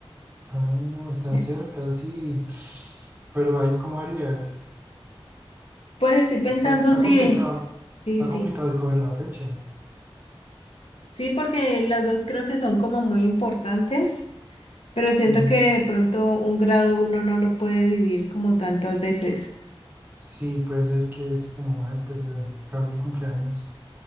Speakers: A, on the right (about 20°); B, on the left (about 85°).
A: Ah, están
B: eh,
A: cerca, sí. <sniffs> Pero ahí, ¿cómo harías?
B: pues estoy pensando
A: Está, está
B: si,
A: complicado.
B: sí,
A: Está
B: sí.
A: complicado escoger la fecha.
B: Sí, porque las dos creo que son como muy importantes, pero siento
A: Ujú.
B: que de pronto un grado uno no lo puede vivir como tantas veces.
A: Sí, puede ser que es como más especial. Cambia el cumpleaños.